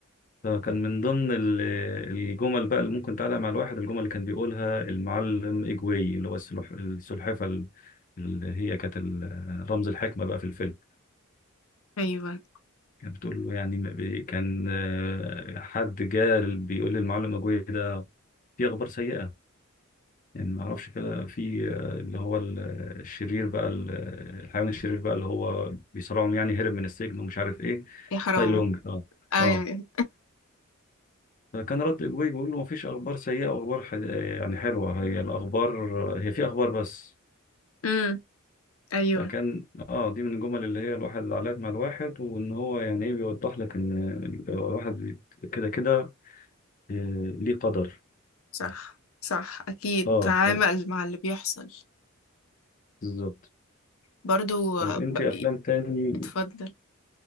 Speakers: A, on the left; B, on the left.
A: فكان من ضمن ال- الجمل بقى اللي ممكن تعلق مع الواحد الجمل اللي كان بيقولها المعلم إجوي اللي هو السلح- السلحفة ال- اللي هي كانت ال- رمز الحكمة بقى في الفيلم
B: أيوه
A: كانت بتقول له يعني ما بي- كان آه، حد جه بيقول للمعلم إجوي ده في أخبار سيئة يعني ما اعرفش كده في آه، اللي هو ال- الشرير بقى ال- الحيوان الشرير بقى اللي هو بيصارعهم يعني هرب من السجن ومش عارف ايه
B: يا حرام
A: تاي لونج اه
B: أيوه
A: اه فكان رد إجوبي بيقول له مفيش أخبار سيئة وأخبار ح... يعني حلوة هي الأخبار هي في أخبار بس
B: مم. أيوه
A: فكان آه دي من الجمل اللي هي الواحد اللي علقت مع الواحد وإن هو يعني إيه بيوضح لك إن الواحد بيت- كده كده آه، ليه قدر
B: صح صح أكيد
A: آه
B: تعامل
A: ف...
B: مع اللي بيحصل
A: بالظبط
B: برضو
A: طيب
B: آه،
A: أنت
B: ب-
A: أفلام تاني
B: اتفضل